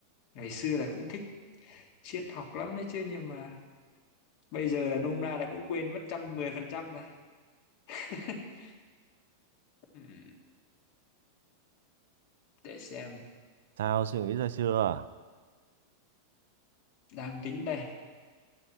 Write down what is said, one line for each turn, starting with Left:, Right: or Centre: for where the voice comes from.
Left: ngày xưa là cũng thích triết học lắm đấy chứ nhưng mà bây giờ là nôm na là cũng quên mất trăm mười phần trăm rồi <laughs> Ừm, để xem
Right: Sao suy nghĩ ra chưa? à?
Left: đang tính đây